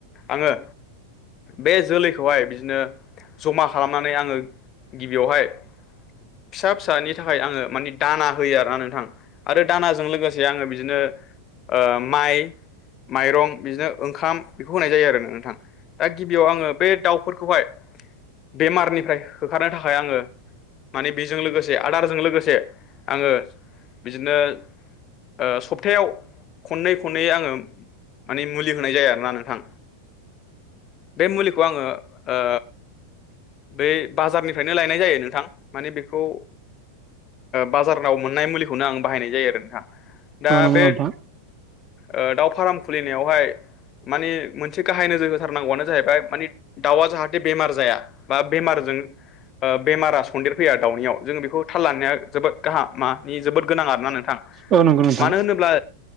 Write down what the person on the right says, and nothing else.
औ नंगौ
नोंथां
औ नंगौ नोंथां